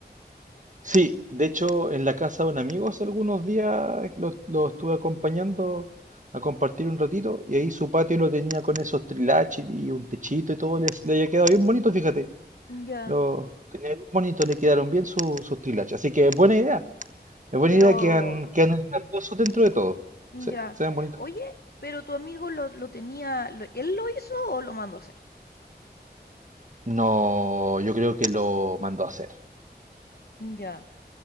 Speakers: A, on the right (about 45°); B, on the left (about 65°).
A: Sí, de hecho, en la casa de un amigo hace algunos días lo, lo estuve acompañando a compartir un ratito y ahí su patio lo tenía con esos trilaches y un techito y todo, les, le había quedado bien bonito, fíjate.
B: Ya,
A: Lo tenía bien bonito, le quedaron bien su- sus trilaches. Así que es buena idea. Es buena
B: pero...
A: idea que han, que han dentro de todo. Sí,
B: Ya.
A: se ven bonitos.
B: Oye, pero tu amigo lo, lo tenía... lo- ¿Él lo hizo o lo mandó a hacer?
A: No, yo creo que lo mandó a hacer.
B: Ya.